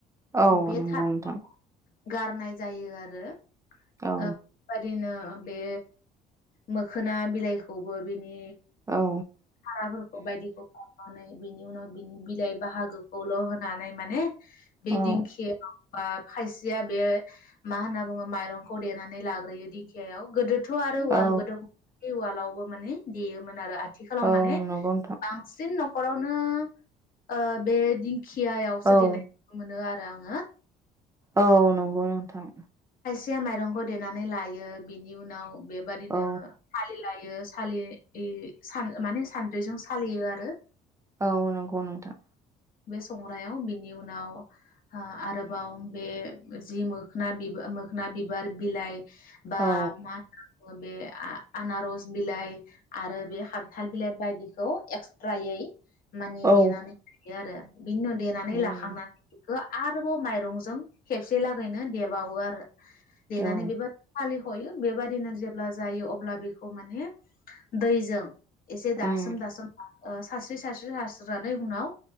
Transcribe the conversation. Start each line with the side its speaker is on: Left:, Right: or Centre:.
Right: औ
Left: बे
Right: नंगौ
Left: थार
Right: नोंथां।
Left: गारनाय जायो आरो
Right: औ
Left: ओ बादिनो बे मोखोना बिलाइखौबो बि नि
Right: औ
Left: हाराफोरखौ बायदिखौ अ' नै बिनि उनाव बिनि बिलाइ बाहागोखौल होनानै माने बेदिंखिआ
Right: औ
Left: आ खायसेया बे मा होनना बुङो माइरंखौ देनानै लाग्रोयो दिंखिया याव गोदो थ आरो वालबो
Right: औ
Left: दङ बे वालावबो माने देयोमोन आरो आथ ब्ला
Right: औ
Left: माने
Right: नंगौ नोंथां
Left: बांसि सिन न'खरावनो ओ बे दिं खियायावसो
Right: औ
Left: देरनाय मोनो आर दा आङो
Right: औ नंगौ नोंथां।
Left: थिया माइरंखौ देनानै लायो बिनि उनाव बेबादिनो
Right: औ
Left: फालि लायो। सालि इ सान माने सान्द्रिजों सालियो आरो
Right: औ नंगौ नोंथां।
Left: बे संग्रायाव बेनि उनाव आ आरोबाव बे जि मोखोना बिबा मोखोना बिबार बिलाइ बा
Right: औ
Left: मा होनो ओ बे आ-आनारस बिलाइ आरो बे हान्थाल बिलाइ बायदिखौ एक्सट्रायै मानि
Right: औ
Left: देनानै दि आरो बिनि उनाव देनानै
Right: उम
Left: लाखांनानै बेखो आरोबाव माइरंजों खेबसे लागैनो देबावो आरो देनानै
Right: औ
Left: बेबाद फालिखयो बेबाद दिना जेब्ला जायो अब्ला बेखौ माने दैजों एसे दासोम
Right: उम
Left: दासोम दा ओ सारस्रि सारस्रि सारस्रोनानै उनाव